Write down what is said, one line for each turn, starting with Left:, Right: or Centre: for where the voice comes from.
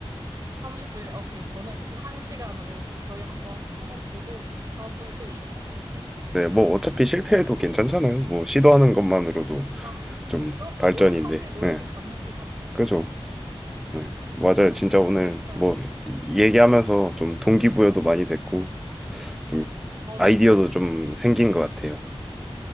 Right: 30분이, 오케이. 저는 한 시간으로 저희 한번, 한번 보고, 다음번에 또 얘기 나눠요, 그러면.
Centre: 네, 뭐 어차피 실패해도 괜찮잖아요. 뭐 시도하는 것만으로도
Right: 아,
Centre: 좀
Right: 그렇죠.
Centre: 발전인데.
Right: 노력함에 노력이
Centre: 네,
Right: 가상하긴 하죠.
Centre: 그죠. 네, 맞아요.
Right: 아,
Centre: 진짜
Right: 알겠어요.
Centre: 오늘 뭐 이- 얘기하면서 좀 동기부여도 많이 됐고 좀
Right: 어,
Centre: 아이디어도
Right: 저도요.
Centre: 좀 생긴 것 같아요.